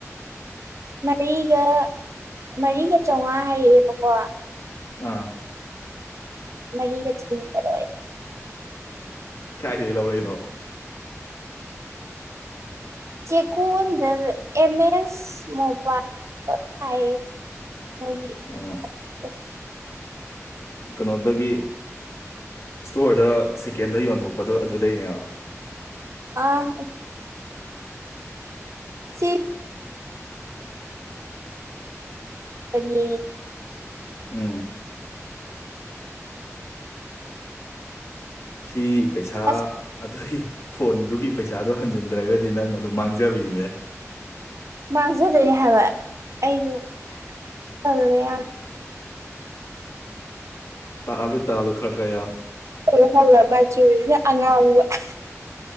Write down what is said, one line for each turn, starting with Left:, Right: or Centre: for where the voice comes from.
Right: ꯃꯔꯤꯒ ꯃꯔꯤꯒ ꯆꯥꯝꯃꯉꯥ ꯍꯥꯏꯔꯛꯑꯦꯕꯀꯣ
Left: ꯑꯥ
Right: ꯃꯔꯤꯒ ꯆꯅꯤꯒ ꯂꯣꯏꯔꯛꯑꯦ
Left: ꯀꯥꯏꯗꯩ ꯂꯧꯔꯛꯏꯅꯣꯕ
Right: ꯆꯦꯀꯣꯟꯗ ꯑꯦꯝ ꯑꯦꯁ ꯃꯣꯕꯥꯏꯜ ꯍꯥꯏꯌꯦ ꯍꯥꯏꯒꯤ
Left: ꯑꯣ
Right: ꯑ <unintelligible>
Left: ꯀꯩꯅꯣꯗꯒꯤ ꯏꯁꯇꯣꯔꯗ ꯆꯤꯀꯦꯟꯗ ꯌꯣꯟꯊꯣꯛꯄꯗꯣ ꯑꯗꯨꯗꯩꯅꯦꯕ
Right: ꯑꯥ ꯁꯤ ꯌ <inaudible>
Left: ꯎꯝ ꯁꯤ ꯄꯩꯁꯥ
Right: ꯑꯁ
Left: ꯑꯗꯨꯒꯤ ꯐꯣꯟꯗꯨꯒꯤ ꯄꯩꯁꯥꯗꯣ ꯍꯟꯖꯤꯟꯗ꯭ꯔꯒꯗꯤ ꯅꯪꯅ ꯑꯗꯨꯝ ꯃꯥꯡꯖꯕꯤꯅꯤꯅꯦ
Right: ꯃꯥꯡꯖꯗꯣꯏꯅꯦ ꯍꯥꯏꯕ ꯑꯩꯖꯨ ꯇꯜꯂꯦ ꯌꯥꯝ
Left: ꯇꯥꯜꯂꯨ ꯇꯥꯜꯂꯨ ꯈꯔ ꯈꯔ ꯌꯥꯝ
Right: ꯍꯧꯔꯕꯥꯏ ꯃꯆꯨꯖꯤꯅ ꯑꯉꯥꯡꯕ <inaudible>